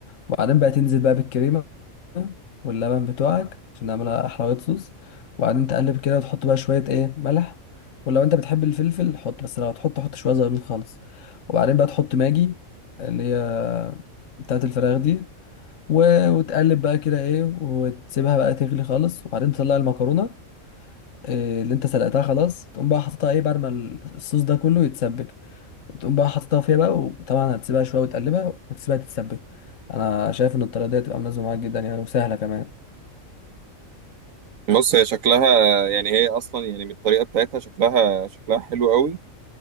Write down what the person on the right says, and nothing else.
بص هي شكلها يعني هي اصلا يعني من الطريقه بتاعتها شكلها شكلها حلو قوي